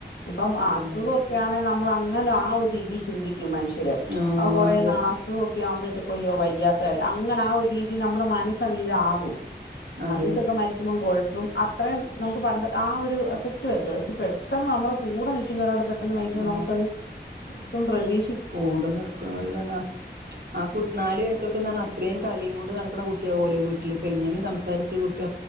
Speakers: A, on the left (about 75°); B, on the right (about 60°).
A: ഇപ്പം അസുഖൊക്കെയാണെ
B: എന്താ ചെയ്യാ
A: നമ്മളങ്ങനെ ആഹ് ഒരു രീതി ചിന്തിക്കും മനുഷൻ ത്രെ
B: ആ
A: അഹ് കൊറേ
B: അതെ
A: നാളാസ് ത് ഒക്കെ ആവുമ്പോഴത്തേക്ക് അയ്യോ വയ്യാത്തല്ലെ അങ്ങനെ ആഹ് ഒരു രീതി നമ്മടെ മനസ്സങ്ങീതാവും
B: അതെ
A: അന്നിട്ടൊക്കെ മരിക്കുമ്പം കൊഴപ്പം അത്രേം നമുക്ക് പണ്ട് ആഹ് ഒരു എഫ ട്ടു അത്യാവ്ശ്യ പെട്ടെന്ന് നമ്മളെ കൂടെ നിക്കുന്നൊരാള് പെട്ടെന്ന് മരിക്കുമ്പൊ
B: ആ
A: നമുക്കത് ഒട്ടും പ്രതീ
B: ഓടു നിർ ക് നോല് തന്നെ ആഹ് കുട്ടി നാല് വയസ്സൊക്കെന്ന് പറഞ്ഞ അത്രേം കളിയും കൊണ്ട് നടക്ക്ണ കുട്ടിയാവല്ലൊ വീട്ടില് എങ്ങനെ സംസാരിച്ച് കുട്ടി